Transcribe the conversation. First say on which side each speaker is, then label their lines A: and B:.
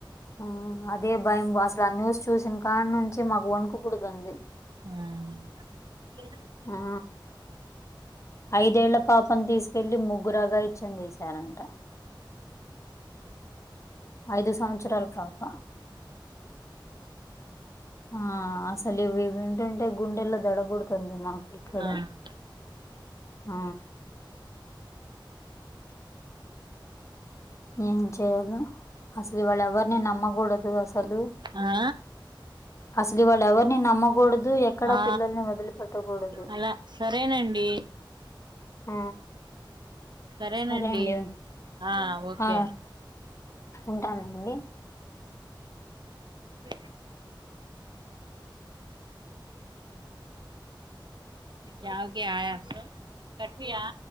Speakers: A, on the left; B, on the right.
A: ఆ అదే భయం అసలు ఆ న్యూస్ చూసిన కాన్ నుంచి మాకు వణుకుపుడుతాంది
B: ఆ
A: ఆ ఐదేళ్ళ పాప ని తీసుకెళ్లి ముగ్గురు అగాయిచ్చం చేసారంట ఐదు సంవత్సరాలు పాప ఆ అసలు ఇవి వింటుంటే గుండెల్లో దడబుడుతుంది మాకు ఇక్కడ
B: ఆ
A: ఆ ఏం చేయాలి అసలు ఇవాళ ఎవరిని నమ్మకూడదు అసలు
B: ఆ
A: అసలు ఇవాళ ఎవరిని నమ్మకూడదు ఎక్కడా
B: ఆ
A: పిల్లల్ని వదిలిపెట్టకూడదు
B: అలా సరేనండి
A: ఆ
B: సరేనండి
A: సరే అండి
B: ఆ ఓకే
A: ఆ
B: అండి
A: ఉంటానండి
B: ఇ కాకి ఆయా కఠి ఆ